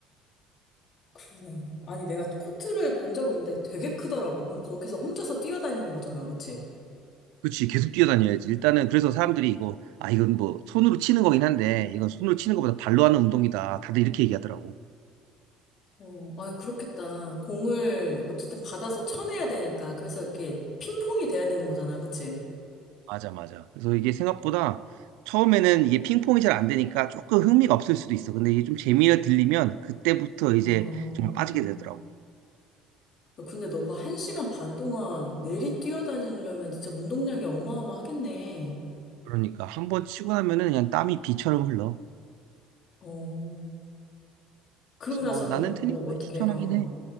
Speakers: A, on the left; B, on the right.
A: 그러네. 아니 내가 코트를 본 적은 있는데 되게 크더라고. 그럼 거기서 혼자서 뛰어다니는 거잖아, 그치?
B: 그치, 계속 뛰어다녀야지. 일단은 그래서 사람들이 이거, 아, 이건 뭐 손으로 치는 거긴 한데, 이건 손으로 치는 것보다 발로 하는 운동이다. 다들 이렇게 얘기하더라고.
A: 어, 아, 그렇겠다. 공을 어쨌든 받아서 쳐내야 되니까. 그래서 이렇게 핑퐁이 돼야 되는 거잖아, 그치?
B: 맞아, 맞아. 그래서 이게 생각보다 처음에는 이게 핑퐁이 잘 안 되니까 조금 흥미가 없을 수도 있어. 근데 이게 좀 재미가 들리면 그때부터
A: 어.
B: 이제 정말 빠지게 되더라고.
A: 근데 너가 한 시간 반 동안 내리 뛰어다니려면 진짜 운동량이 어마어마하겠네.
B: 그러니까 한번 치고 나면은 그냥 땀이 비처럼 흘러.
A: 어, 그러고
B: 그래서
A: 나서는
B: 나는 테니스
A: 뭐, 어떻게,
B: 를 추천하긴
A: 어, 어.
B: 해.